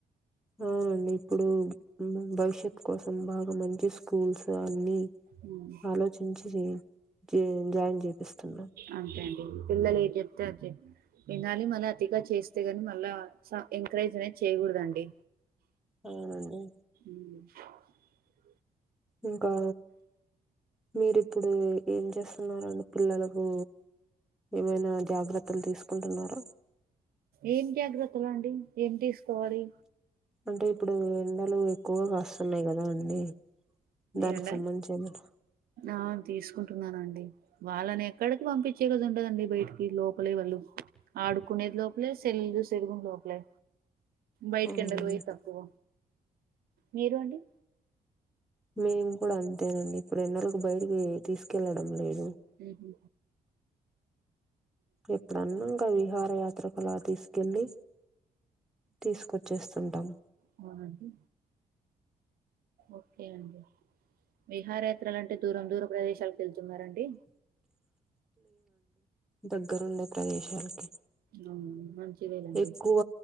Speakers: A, in the centre; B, on the right.
A: అవునండి ఇప్పుడు భవిష్యత్ కోసం బాగా మంచి స్కూల్స్ అన్ని.
B: ఉమ్
A: ఆలోచించి జె జాయిన్ చేపిస్తున్నా.
B: అంతే అండి పిల్లలు ఏది చెప్తే అది చె వినాలి మళ్ళ. అతిగా చేస్తేగాని మళ్ళా చా ఎంకరేజ్ అనేది చేయకూడదండి.
A: అవునండి.
B: ఉ
A: ఇంకా మీరిప్పుడు ఏం చేస్తున్నరండి పిల్లలకు ఏమైనా జాగ్రత్తలు తీసుకుంటున్నారో
B: ఏం జాగ్రత్తలు అండి ఏం తీసుకోవాలి
A: అంటే ఇప్పుడు ఎండలు ఎక్కువగా కాస్తున్నాయి కదా అండి దానికి
B: ఎండ
A: సంబంధించి ఎమన
B: ఆ తీసుకుంటున్నానండి వాళ్ళని ఎక్కడ పంపించే కద ఉండదండి బయటికి లోపలే వాళ్ళు ఆడుకునేది లోపలే సెల్లులు చూసేది గున లోపలే బయటికి
A: అవునండి
B: ఎండలో పోయిది తక్కువ మీరండి
A: మేము కూడా అంతేనండి ఇప్పుడు ఎండలకి బయటకి తీసుకెళ్లడం లేదు
B: ఉహు
A: ఎప్పుడన్న ఇంక విహార యాత్రకులా తీసుకెళ్లి తీసుకొచ్చేస్ ఉంటాం
B: అవునండి ఓకే అండి విహారయాత్రలు అంటే దూరం దూర ప్రదేశాలకు వెళ్ తున్నారండి
A: దగ్గర ఉండ ప్రదేశాలకి
B: ఆ మంచిదేనండి
A: ఎక్కువ